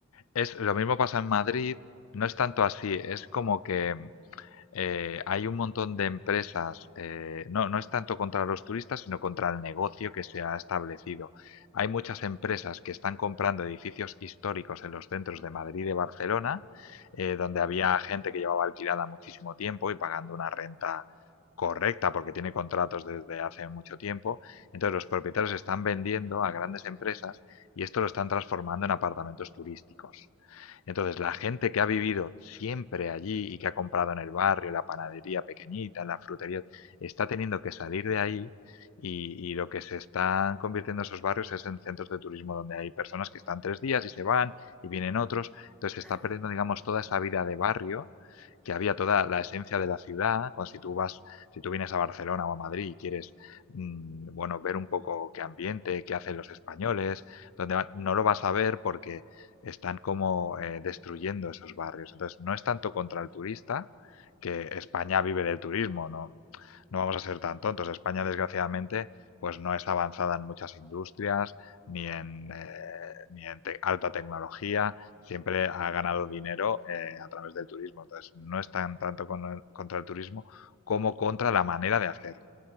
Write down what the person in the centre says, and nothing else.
Mm,
Claro,
mm,